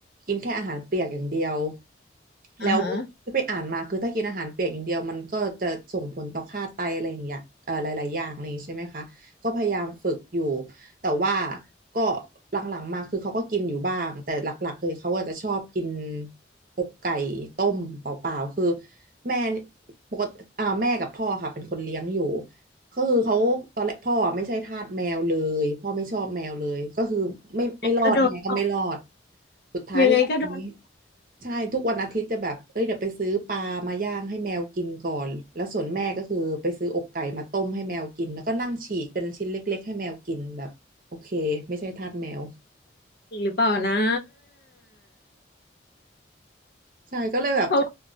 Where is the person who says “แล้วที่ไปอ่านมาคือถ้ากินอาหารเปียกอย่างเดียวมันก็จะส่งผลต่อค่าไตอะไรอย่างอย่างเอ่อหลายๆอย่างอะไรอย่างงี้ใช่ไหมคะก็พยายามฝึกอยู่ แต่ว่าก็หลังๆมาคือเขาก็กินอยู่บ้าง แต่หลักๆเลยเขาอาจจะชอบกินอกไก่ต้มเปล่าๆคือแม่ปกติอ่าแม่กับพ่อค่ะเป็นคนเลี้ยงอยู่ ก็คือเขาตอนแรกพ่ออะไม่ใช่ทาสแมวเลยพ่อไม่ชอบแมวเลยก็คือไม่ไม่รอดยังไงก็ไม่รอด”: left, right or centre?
Right